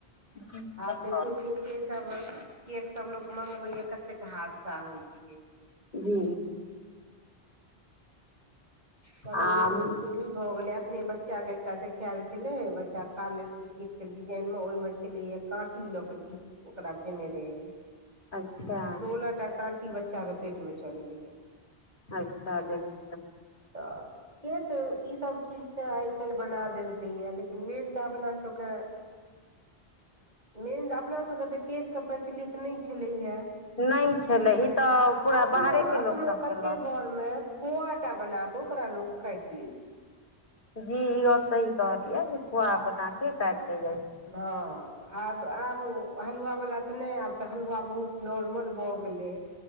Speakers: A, on the left; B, on the right.
A: जी सही
B: आब देखियौ
A: बात
B: केकेसभ केक सब लोक मंगबैय कतेक हादसा होइ छै
A: जी
B: ककरो
A: आम
B: सुनै छियै ई भऽ गेलै अपने बच बच्चा के एकटा देखायल छले बच्चा खा लेलकै केक के डिजाईन मे ओहि में छले या काँटी ल के ठ <unintelligible> ओकरा केने रहे
A: अच्छा
B: सोलह टा काँटी बच्चा के पेट में चलि गेलै
A: अच्छा जी <unintelligible>
B: तऽ केक ईसभ चीज तऽ आई काल्हि बना देलकैए लेकिन मेन तऽ अपना सभके मेनऽ अपना सबके तऽ केकके प्रचलित नहि छलैए
A: नहि छलै ई तऽ पूरा
B: एखनो
A: बाहरे के
B: एखनो
A: लोक सब
B: कते
A: केलक
B: घर मे खोआटा बना के ओकरा लोक काटि ली
A: जी ई गप सही कहलियै जे खुआ बना के काटि लेल जाय छै
B: हं आब आब हलुआवला तऽ नहि आब तऽ हलुआ बहुत नॉर्मल भऽ गेलै